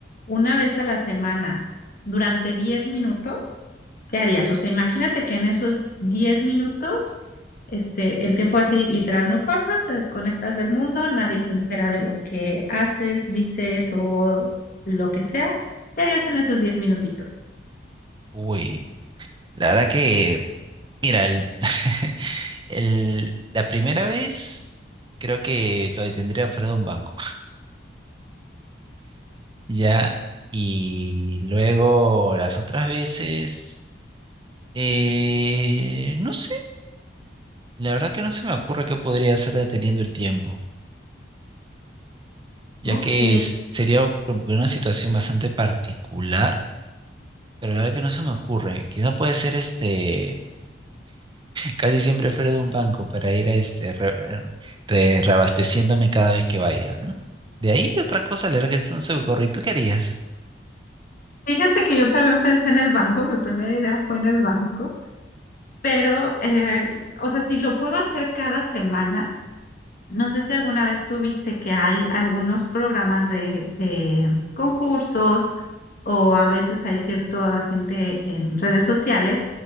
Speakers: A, on the left; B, on the right.
A: una vez a la semana durante 10 minutos, ¿qué harías? O sea, imagínate que en esos 10 minutos, este, el tiempo así literal no pasa, te desconectas del mundo, nadie se entera de lo que haces, dices o lo que sea. ¿Qué harías en esos 10 minutitos?
B: Uy, la verdad que, mira, el, <laughs> el- la primera vez creo que lo detendría fuera de un banco, ya, y luego las otras veces, eh, no sé, la verdad que no se me ocurre qué podría hacer deteniendo el tiempo, ya
A: Ok,
B: que es- sería como que una situación bastante particular, pero la verdad que no se me ocurre, quizá puede ser este Casi siempre fuera de un banco para ir a este re- eh, re- reabasteciéndome cada vez que vaya, ¿no? De ahí otra cosa, le regresan su gorro. ¿Y tú qué harías?
A: Fíjate que yo también pensé en el banco, mi primera idea fue en el banco, pero, eh, o sea, si lo puedo hacer cada semana, no sé si alguna vez tú viste que hay algunos programas de, de concursos o a veces hay cierta gente en redes sociales